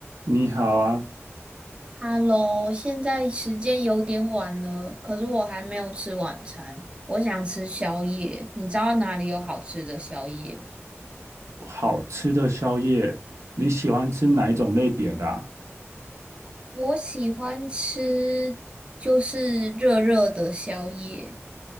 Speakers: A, on the right; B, on the right.
A: 你好啊，
B: Hello，现在时间有点晚了，可是我还没有吃晚餐，我想吃宵夜。你知道哪里有好吃的宵夜吗？
A: 好吃的宵夜，你喜欢吃哪一种类别的啊？
B: 我喜欢吃就是热热的宵夜。